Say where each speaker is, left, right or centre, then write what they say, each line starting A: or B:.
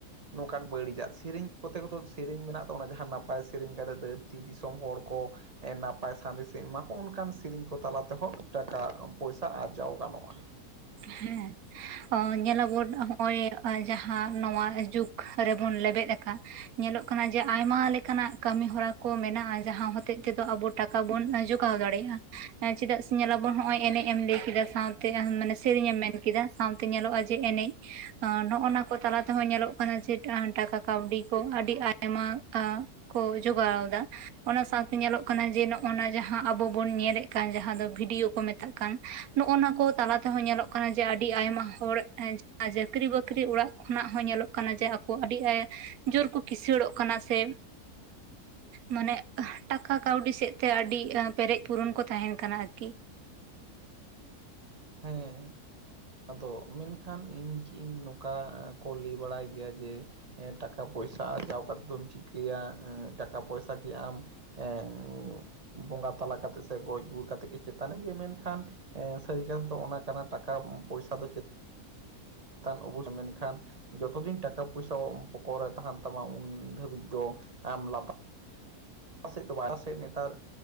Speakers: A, on the right; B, on the right.
A: ᱱᱚᱝᱠᱟᱱ ᱵᱟᱹᱲᱤᱡᱟᱜ ᱥᱮᱨᱮᱧ ᱠᱚᱛᱮ ᱠᱚᱫᱚ ᱥᱮᱨᱮᱧ ᱢᱮᱱᱟᱜ ᱛᱟᱵᱚᱱᱟ ᱡᱟᱦᱟᱸ ᱱᱟᱯᱟᱭ ᱥᱮᱨᱮᱧ ᱠᱟᱛᱮ ᱫᱷᱟᱹᱨᱛᱤ ᱫᱤᱥᱚᱢ ᱦᱚᱲ ᱠᱚ ᱮᱸ ᱱᱟᱯᱟᱭ ᱥᱟᱸᱫᱮᱥ ᱮᱢ ᱮᱢᱟ ᱠᱚᱣᱟ ᱚᱱᱠᱟᱱ ᱥᱮᱨᱮᱧ ᱠᱚ ᱛᱟᱞᱟ ᱛᱮᱦᱚᱸ ᱴᱟᱠᱟ ᱯᱚᱭᱥᱟ ᱟᱨᱡᱟᱣ ᱜᱟᱱᱚᱜᱼᱟ᱾
B: ᱦᱮᱸ᱾ ᱮᱸ ᱧᱮᱞᱚᱜᱚᱫ ᱦᱚᱸᱜᱼᱚᱭ ᱡᱟᱦᱟᱸ ᱱᱚᱣᱟ ᱡᱩᱜᱽ ᱨᱮᱵᱚᱱ ᱞᱮᱵᱮᱫ ᱟᱠᱟᱫ ᱧᱮᱞᱚᱜ ᱠᱟᱱᱟ ᱡᱮ ᱟᱭᱢᱟ ᱞᱮᱠᱟᱱᱟᱜ ᱠᱟᱹᱢᱤ ᱦᱚᱨᱟ ᱠᱚ ᱢᱮᱱᱟᱜᱼᱟ ᱡᱟᱦᱟᱸ ᱦᱚᱛᱮᱡ ᱛᱮᱫᱚ ᱟᱵᱚ ᱴᱟᱠᱟ ᱵᱚᱱ ᱟ ᱡᱚᱜᱟᱣ ᱫᱟᱲᱮᱭᱟᱜᱼᱟ, ᱮᱸ ᱪᱮᱫᱟᱜ ᱥᱮ ᱧᱮᱞᱟᱵᱚᱱ ᱦᱚᱸᱜᱼᱚᱭ ᱮᱱᱮᱡ ᱮᱢ ᱞᱟᱹᱭ ᱠᱮᱫᱟ ᱥᱟᱶ ᱮᱸ ᱢᱟᱱᱮ ᱥᱮᱨᱮᱧ ᱮᱢ ᱢᱮᱱ ᱠᱮᱫᱟ ᱥᱟᱶᱛᱮ ᱧᱮᱞᱚᱜᱼᱟ ᱡᱮ ᱮᱱᱮᱡ ᱱᱚᱜᱼᱱᱟ ᱠᱚ ᱛᱟᱞᱟ ᱛᱮᱦᱚᱸ ᱧᱮᱞᱚᱜ ᱠᱟᱱᱟ ᱡᱮ ᱴᱟᱠᱟ ᱠᱟᱹᱣᱰᱤ ᱠᱚ ᱟᱹᱰᱤ ᱟᱭᱢᱟ ᱟᱸ ᱠᱚ ᱡᱚᱜᱟᱣ ᱫᱟ᱾ ᱚᱱᱟ ᱥᱟᱶᱛᱮ ᱧᱮᱞᱚᱜ ᱠᱟᱱᱟ ᱡᱮ ᱱᱚᱜᱼᱱᱟ ᱡᱟᱦᱟᱸ ᱟᱵᱚ ᱵᱚᱱ ᱧᱮᱞᱮᱫ ᱠᱟᱱ ᱡᱟᱦᱟᱸ ᱫᱚ ᱵᱷᱤᱰᱭᱳ ᱠᱚ ᱢᱮᱛᱟᱜ ᱠᱟᱱ ᱱᱚᱜᱼᱱᱟ ᱠᱚ ᱛᱟᱞᱟ ᱛᱮᱦᱚᱸ ᱧᱮᱞᱚᱜ ᱠᱟᱱᱟ ᱡᱮ ᱟᱹᱰᱤ ᱟᱭᱢᱟ ᱦᱚᱲ ᱪᱟᱠᱨᱤ-ᱵᱟᱹᱠᱨᱤ ᱚᱲᱟᱜ ᱠᱷᱚᱱᱟᱜ ᱦᱚᱸ ᱧᱮᱞᱚᱜ ᱡᱮ ᱟᱠᱚ ᱟᱹᱰᱤ ᱟᱭ ᱡᱳᱨ ᱠᱚ ᱠᱤᱥᱟᱹᱬᱚᱜ ᱠᱟᱱᱟ ᱥᱮ
A: <unintelligible>
B: ᱢᱟᱱᱮ ᱴᱟᱠᱟ ᱠᱟᱹᱣᱰᱤ ᱥᱮᱫ ᱛᱮ ᱟᱹᱰᱤ ᱯᱮᱨᱮᱡ ᱯᱩᱨᱚᱱ ᱠᱚ ᱛᱟᱦᱮᱱ ᱠᱟᱱᱟ ᱟᱨᱠᱤ᱾
A: ᱦᱮᱸ᱾ ᱟᱫᱚ ᱢᱮᱱᱠᱷᱟᱱ ᱤᱧ ᱪᱤᱜ ᱤᱧ ᱱᱚᱠᱟ ᱠᱳ ᱞᱟᱹᱭ ᱵᱟᱲᱟᱭ ᱜᱮᱭᱟ ᱡᱮ ᱮᱸ ᱴᱟᱠᱟ ᱯᱚᱭᱥᱟ ᱟᱨᱡᱟᱣ ᱠᱟᱛᱮᱜ ᱫᱚᱢ ᱪᱤᱠᱟᱹᱭᱟ ᱴᱟᱠᱟ ᱯᱚᱭᱥᱟ ᱠᱤ ᱟᱢ ᱮᱸ ᱩᱸ <unintelligible> ᱵᱚᱸᱜᱟ ᱛᱟᱞᱟ ᱠᱟᱛᱮᱜ ᱥᱮ ᱜᱚᱡ ᱜᱩᱨ ᱠᱟᱛᱮᱜ ᱜᱮ ᱪᱮᱛᱟᱱ ᱜᱮ ᱢᱮᱱᱠᱷᱟᱱ ᱮᱸ ᱥᱟᱹ <unintelligible> ᱚᱱᱟ ᱠᱟᱱᱟ ᱴᱟᱠᱟ ᱯᱚᱭᱥᱟ ᱫᱚ ᱪᱮᱫ ᱛᱟᱱ ᱚᱵᱚᱥ ᱢᱮᱱᱠᱷᱟᱱ ᱡᱚᱛᱚ ᱫᱤᱱ ᱴᱟᱠᱟ ᱯᱚᱭᱥᱟ ᱯᱚᱠᱚᱨ ᱨᱮ ᱛᱟᱦᱮᱱ ᱛᱟᱢᱟ ᱩᱱ ᱫᱷᱟᱹᱵᱤᱡ ᱫᱚ ᱟᱢ ᱞᱟᱯ <unintelligible> ᱱᱮᱛᱟᱨ